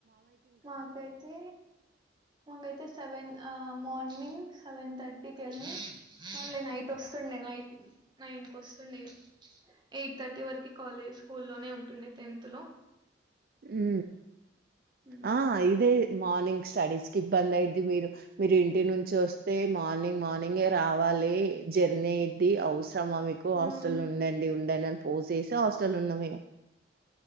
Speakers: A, on the right; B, on the right.
A: మాకైతే మొంగైతే సెవెన్ ఆ మార్నింగ్ సెవెన్ థర్టీకి వెళ్ళి మళ్ళీ నైట్ వస్తుండే నైట్ నైన్ కి వస్తుండే ఇగ ఎయిట్ థర్టీ వరకు కాలేజ్ స్కూల్లోనే ఉంటుండే టెన్త్ లో
B: ఉ
A: ఉమ్.
B: ఆ ఇదే మార్నింగ్ స్టడీస్ కి ఇబ్బంది అయిద్ది మీరు మీరు ఇంటి నుంచి వస్తే మార్నింగ్ మార్నింగే రావాలి లీ జర్ నేటి అవసరమా మీకు హాస్టల్
A: ఉమ్.
B: ఉండండి ఉండ‌ండి అని ఫోర్స్ చేస్తే హాస్టల్ ఉన్నాం ఇగ